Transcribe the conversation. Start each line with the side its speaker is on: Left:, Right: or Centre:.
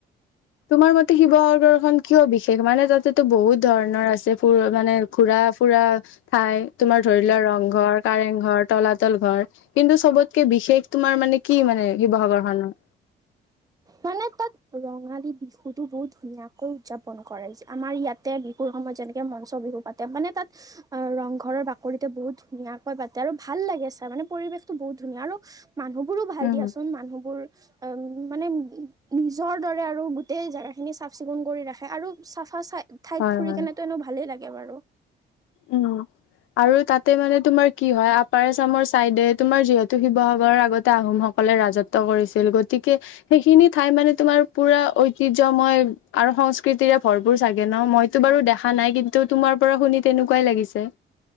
Left: তোমাৰ মতে শিৱসাগৰখনন কিয় বিশেষ মানে তাতেতো বহুত ধৰণৰ আছে ফ মানে ঘুৰা ফুৰা ঠাই তোমাৰ ধৰি লোৱা ৰংঘৰ, কাৰেংঘৰ, তলাতল ঘৰ কিন্তু চবতকে বিশেষ তোমাৰ মানে কি মানে শিৱসাগৰ খনৰ?
Right: মানে তাত ৰঙালী বিহুতো বহুত ধুনীয়াকৈ উদযাপন কৰে আমাৰ ইয়াতে বিহুৰ সময়ত যেনেকে মঞ্চ বিহু পাতে মানে তাত আহ ৰংঘৰৰ বাকৰিতে বহুত ধুনীয়াকৈ পাতে আৰু ভাল লাগে চাই মানে পৰিৱেশতটো বহুত ধুনীয়া আৰু মানুহবোৰো ভাল
Left: উম
Right: দিয়াচোন মানুহবোৰ মানে নিজৰ দৰে আৰু গোটেই জেগাখিনি চাফ চিকুণ কৰি ৰাখে আৰু চাফা চাই ঠাইত
Left: হয়
Right: ফুৰি
Left: হয়
Right: কেনে তো এনে ভালেই লাগে বাৰু।
Left: উম আৰু তাতে মানে তোমাৰ কি হয় আপাৰ আচামৰ চাইডে তোমাৰ যিহেতু শিৱসাগৰৰ আগতে আহোম সকলে ৰাজত্ব কৰিছিল গতিকে সেইখিনি ঠাই মানে তোমাৰ পুৰা ঐতিহ্য ময় আৰু সংস্কৃতিৰে ভৰপুৰ চাগ <unintelligible> মইতো বাৰু দেখা নাই কিন্তু তোমাৰ পৰা শুনিত তেনেকুৱাই লাগিছে